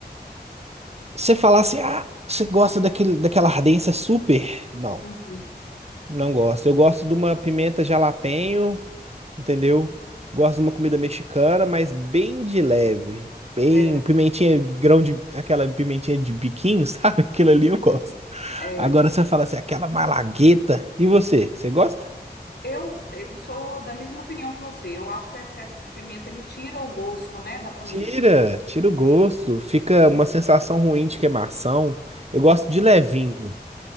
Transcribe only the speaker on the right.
você falar assim, ah, você gosta daquele, daquela ardência super? Não,
não gosto. Eu gosto de uma pimenta jalapeño, entendeu? Gosto de uma comida mexicana, mas bem de leve. Bem,
um pimentinha, grão de. Aquela pimentinha de biquinho, <laughs> sabe? Aquilo ali
eu gosto.
Agora você fala assim, aquela malagueta. E você? Você gosta?
Tira, tira o gosto. Fica
uma sensação ruim de queimação. Eu gosto de levinho.